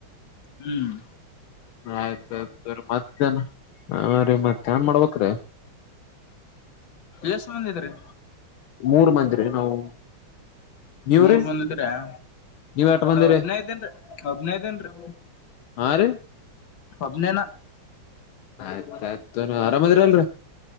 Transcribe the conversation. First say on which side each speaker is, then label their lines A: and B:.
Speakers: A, on the left; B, on the left.
A: ಹುಮ್ಮ್
B: ಆಯ್ತ ಆಯ್ತು ರೀ ಮತ್ತೇನ ಹಾ ರೀ ಮತ್ತೆ ಹ್ಯಾಂಗ್ ಮಾಡ್ಬೇಕ್ರೀ
A: ಎಸ್ ಮಂದಿ ಅದಿರಿ
B: ಮೂರ್ ಮಂದಿರಿ ನಾವು ನೀವ್ರೀ
A: ಮೂರ್ ಮಂದಿ ಅದ್ರ್ಯ್
B: ನೀವ್ ಎಟ್ ಬಂದಿರಿ
A: ಹದನೈದೇಏನ್ ಹದನೈದೇಏನ್ರೀ
B: ಹಾ ರೀ
A: ಒಬ್ಬನೆನಾ
B: ಆಯ್ತ್ ಆಯ್ತು ತೊರೀ ಆರಾಮ್ದಿರ ಅಲ್ರ